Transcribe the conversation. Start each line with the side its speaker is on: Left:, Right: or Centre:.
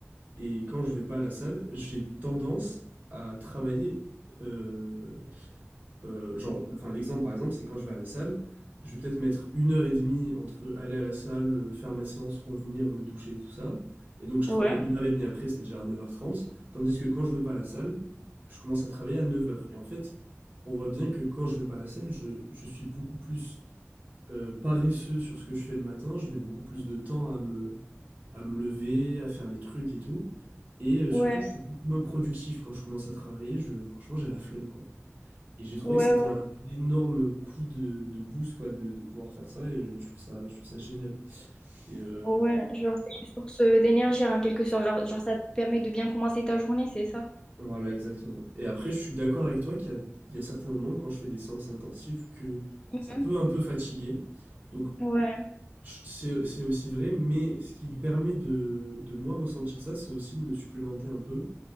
Right: et quand je vais pas à la salle, j'ai tendance à travailler euh, euh, genre, enfin, l'exemple par exemple, c'est quand je vais à la salle, je vais peut-être mettre une heure et demie entre aller à la salle, euh, faire ma séance, revenir, me doucher, tout ça. Et donc, je
Left: Ouais.
Right: travaille une heure et demie après, c'est-à-dire à 9h30. Tandis que quand je vais pas à la salle, je commence à travailler à 9h. Et en fait, on voit bien que quand je vais pas à la salle, je, je suis beaucoup plus euh, paresseux sur ce que je fais le matin. Je mets beaucoup plus de temps à me, à me lever, à faire les trucs et tout. Et euh,
Left: Ouais.
Right: surtout, je suis beaucoup moins productif quand je commence à travailler. Je, franchement, j'ai la flemme, quoi. Et j'ai trouvé
Left: Ouais.
Right: que c'était un énorme coup de, de boost, quoi, de, de pouvoir faire ça, et je, je trouve ça, je trouve ça génial. Et euh,
Left: Ouais, genre c'est une source euh, d'énergie en quelque sorte, genre, genre ça te permet de bien commencer ta journée, c'est ça?
Right: voilà, exactement. Et après, je suis d'accord avec toi qu'il y a, il y a certains moments, quand je fais des séances intensives, que
Left: Hmm
Right: ça peut un peu fatiguer. Donc,
Left: Ouais,
Right: je- c'est, c'est aussi vrai, mais ce qui me permet de, de moins ressentir ça, c'est aussi de me supplémenter un peu,